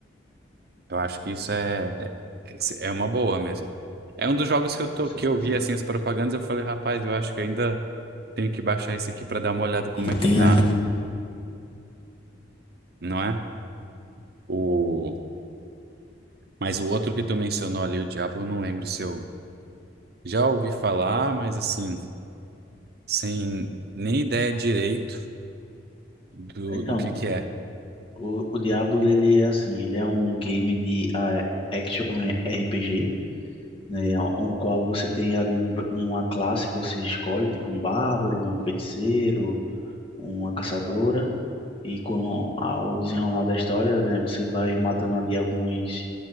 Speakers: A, on the right (about 55°); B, on the left (about 30°).
A: Eu acho que isso é, é é uma boa mesmo. É um dos jogos que eu tô,
B: você
A: que eu
B: fazer.
A: vi, assim, as propagandas, eu falei, rapaz, eu acho que ainda tenho que baixar esse aqui pra dar uma olhada como
B: E
A: é que
B: tem
A: tá,
B: a-
A: não é? O, mas o outro que tu mencionou ali, o Diablo, eu não lembro se eu já ouvi falar, mas assim. sem nem ideia direito do,
B: Então,
A: do que que é.
B: O, o Diablo, ele é assim, ele é um game de ah, action RPG, né, o o qual você tem ali um, uma classe que você escolhe, tipo um bárbaro, um feiticeiro, uma caçadora, e com ao desenrolar da história, né, você vai matando ali alguns